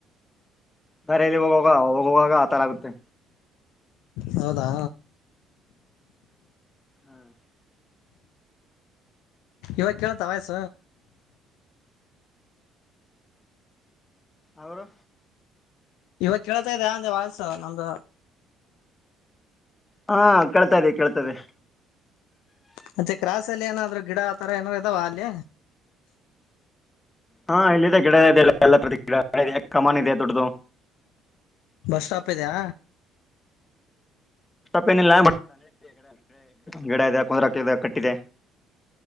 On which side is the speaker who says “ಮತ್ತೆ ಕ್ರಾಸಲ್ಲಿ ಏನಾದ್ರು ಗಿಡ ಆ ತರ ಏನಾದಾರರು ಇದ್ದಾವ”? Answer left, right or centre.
Left